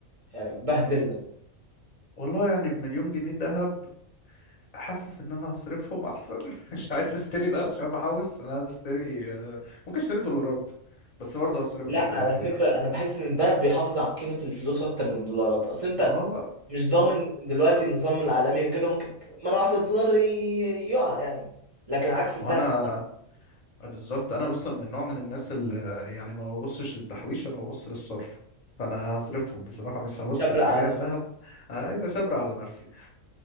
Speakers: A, on the right; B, on the left.
A: يعني بهدلنا
B: والله يعني بمليون جنيه دهب حاسس ان انا هصرفهم احسن <laughs> مش عايز اشتري ده مش عايز احوش انا عايز اشتري آه، ممكن اشتري دولارات بس برضه هصرفها
A: لا
B: في الاخر
A: على فكره
B: يعني
A: انا بحس ان الذهب بيحافظ على قيمه الفلوس اكتر من الدولارات اصل انت
B: ما هو
A: مش ضامن
B: مم.
A: دلوقتي النظام العالمي وكده ممكن مره واحده الدولار ي- يقع يعني لكن عكس الذهب
B: ما انا بالظبط انا اصلا من نوع من الناس اللي يعني ما ببصش للتحويش انا ببص للصرف فانا هصرفهم بصراحة مش هبص
A: شبر
B: لاتجاه
A: على نفسك
B: الذهب ايوه صبر على نفسي